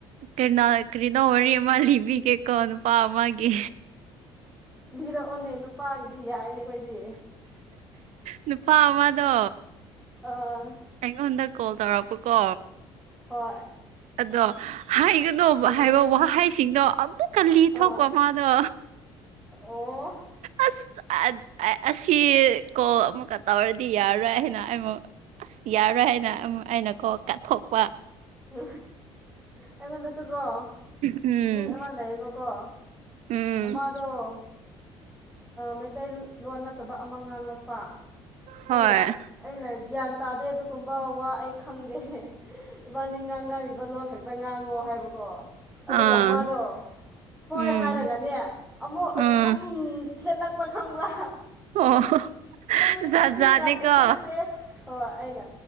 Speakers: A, on the right; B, in the centre.
A: ꯀꯩꯅꯣ ꯀꯔꯤꯅꯣ ꯋꯥꯔꯤ ꯑꯃ ꯂꯤꯕꯤꯒꯦꯀꯣ ꯅꯨꯄꯥ ꯑꯃꯒꯤ
B: ꯂꯤꯔꯛꯑꯣꯅꯦ ꯅꯨꯄꯥꯒꯤꯗꯤ ꯌꯥꯏꯅꯦ ꯑꯩꯈꯣꯏꯗꯤ
A: ꯅꯨꯄꯥ ꯑꯃꯗꯣ
B: ꯑꯥ
A: ꯑꯩꯉꯣꯟꯗ ꯀꯣꯜ ꯇꯧꯔꯛꯄꯀꯣ
B: ꯍꯣꯏ
A: ꯑꯗꯣ ꯍꯥꯏꯒꯅꫭ
B: ꯎꯝ
A: ꯍꯥꯏꯕ ꯋꯥꯍꯩꯁꯤꯡꯗꯣ ꯑꯃꯨꯛ ꯀꯂꯤ ꯊꯣꯛꯄꯣ
B: ꯑꯥ
A: ꯃꯥꯗꯣ
B: ꯑꯣ
A: ꯑꯁ ꯑꯁꯤ ꯀꯣꯜ ꯑꯃꯨꯛꯀ ꯇꯧꯔꯗꯤ ꯌꯥꯔꯣꯏ ꯍꯥꯏꯅ ꯑꯩꯃꯨꯛ ꯑꯁ ꯌꯥꯔꯣꯏ ꯍꯥꯏꯅ ꯑꯩꯅꯀꯣ ꯀꯠꯊꯣꯛꯄ
B: ꯎ ꯑꯩꯉꯣꯟꯗꯁꯨꯀꯣ
A: ꯎꯝ
B: ꯃꯤ ꯑꯃ ꯂꯩꯌꯦꯕꯀꯣ
A: ꯎꯝ
B: ꯃꯥꯗꫭ ꯃꯩꯇꯩꯂꯣꯟ ꯅꯠꯇꯕ ꯑꯃ ꯉꯥꯡꯂꯛꯄ
A: ꯍꯣꯏ
B: ꯑꯩꯅ ꯑꯩꯅ ꯒ꯭ꯌꯥꯟ ꯇꯥꯗꯦ ꯑꯗꯨꯒꯨꯝꯕ ꯋꯥ ꯑꯩ ꯈꯪꯗꯦ ꯏꯕꯥꯅꯤ ꯉꯥꯡꯅꯔꯤꯕ ꯂꯣꯟ ꯈꯛꯇ ꯉꯥꯡꯉꯣ ꯍꯥꯏꯕꯀꯣ ꯑꯗꯨꯒ
A: ꯑꯥ
B: ꯃꯥꯗꯣ ꯍꯣꯏ
A: ꯎꯝ
B: ꯍꯥꯏꯔꯒꯅꯦ ꯑꯃꯨꯛ
A: ꯎꯝ
B: ꯑꯗꯨꯝ ꯆꯠꯂꯛꯄ ꯈꯪꯕ꯭ꯔꯥ
A: ꯑꯣ
B: ꯅꯪꯒꯤꯗꫭ
A: ꯖꯥꯠ
B: ꯃꯤ
A: ꯖꯥꯠꯅꯤꯀꯣ
B: ꯌꯥꯝ ꯎꯁꯤꯠꯇꯦ ꯍꯣꯏ ꯑꯩꯅ